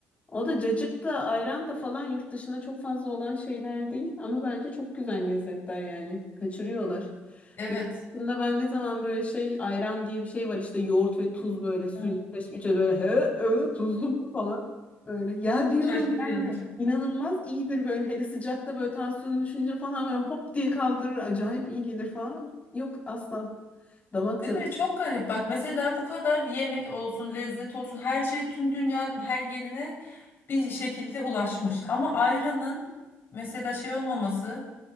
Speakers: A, on the left; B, on the left.
A: O da cacık da ayran da falan yurt dışına çok fazla olan şeyler değil. Ama bence çok güzel lezzetler yani. Kaçırıyorlar.
B: Evet.
A: Yurt dışında ben ne zaman böyle şey ayran diye bir şey var işte yoğurt ve tuz böyle suyun
B: Heh,
A: karışmış böyle he, he, tuzlu bu falan. Böyle ya diyorum
B: Şaşırıyor.
A: yani inanılmaz iyidir böyle hele sıcakta böyle tansiyonu düşünce falan böyle hop diye kaldırır acayip iyi gelir falan. Yok asla. Damak
B: Değil mi? Çok garip. Bak mesela bu kadar yemek olsun, lezzet olsun her şey tüm dünyanın her yerine bir şekilde ulaşmış. Ama ayranın mesela şey olmaması,